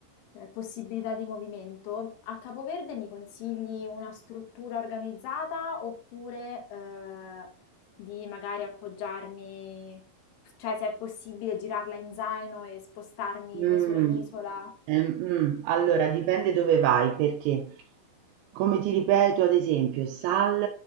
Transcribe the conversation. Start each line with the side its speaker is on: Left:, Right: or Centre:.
Left: eh, possibilità di movimento, a Capoverde mi consigli una struttura organizzata oppure eh, di magari appoggiarmi, cioè se è possibile girarla in zaino e spostarmi
Right: Mhmm,
Left: di isola in Mm. isola?
Right: ehm, mh, allora dipende dove vai, perché come ti ripeto, ad esempio, Sal